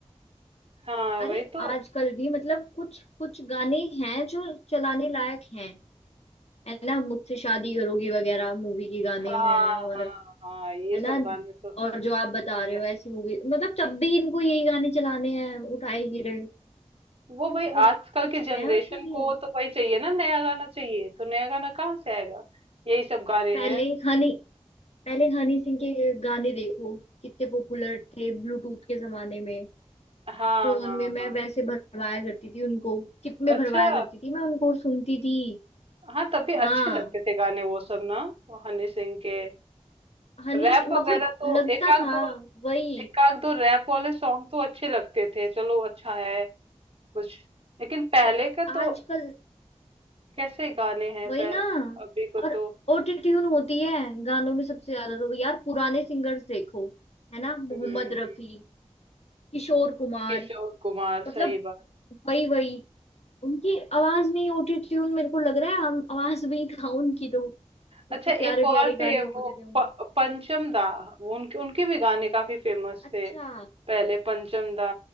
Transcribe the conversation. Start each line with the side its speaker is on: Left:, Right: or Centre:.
Right: हाँ
Left: अरे
Right: वही तो
Left: आजकल भी मतलब कुछ कुछ गाने हैं जो चलाने लायक हैं है ना मुझसे शादी करोगी वगैरह मूवी के गाने
Right: हाँ
Left: हैं और
Right: हाँ हाँ ये
Left: है ना
Right: सब गाने तो
Left: और जो आप बता
Right: अच्छा
Left: रहे हो ऐसी मूवी मतलब जब भी इनको यही गाने चलाने हैं उठाए गिरे
Right: वो भाई
Left: मतलब
Right: आजकल
Left: कुछ
Right: के जनरेशन
Left: है मतलब ये
Right: को तो भाई चाहिए ना नया गाना चाहिए तो नया गाना कहाँ से आएगा यही सब गाने
Left: पहले
Right: हैं
Left: हनी पहले हनी सिंह के गाने देखो कितने पॉपुलर थे ब्लूटूथ के जमाने में
Right: हाँ
Left: फोन
Right: हाँ
Left: में
Right: हाँ
Left: मैं वैसे भरवाया करती थी उनको टिप में
Right: अच्छा
Left: भरवाया करती थी मैं उनको और सुनती थी
Right: हाँ तभी
Left: हाँ
Right: अच्छे लगते थे गाने वो सब ना वो हनी सिंह के
Left: हनी
Right: रैप
Left: सिंह
Right: वगैरह
Left: मतलब
Right: तो
Left: लगता
Right: एक आध
Left: था
Right: दो
Left: वही
Right: एक आध दो रैप वाले सॉन्ग तो अच्छे लगते थे चलो अच्छा है कुछ लेकिन पहले
Left: पर
Right: का
Left: आजकल
Right: तो कैसे गाने हैं
Left: वही
Right: पह,
Left: ना
Right: अभी को तो
Left: और ऑटो ट्यून होती है गानों में सबसे ज्यादा तो यार पुराने सिंगर्स देखो है ना मोहम्मद
Right: हम्म
Left: रफी
Right: हम्म,
Left: किशोर कुमार
Right: किशोर कुमार
Left: मतलब
Right: सही बात
Left: वही वही उनकी आवाज में ही ऑटो ट्यून मेरे को लग रहा है हम आवाज में ही था उनकी तो इतने
Right: अच्छा
Left: प्यारे
Right: एक और
Left: प्यारे
Right: थे
Left: गाने होते
Right: वो
Left: थे उनके
Right: प, पंचम दा वो उनके उनके भी गाने काफी फेमस
Left: अच्छा
Right: थे पहले पंचम दा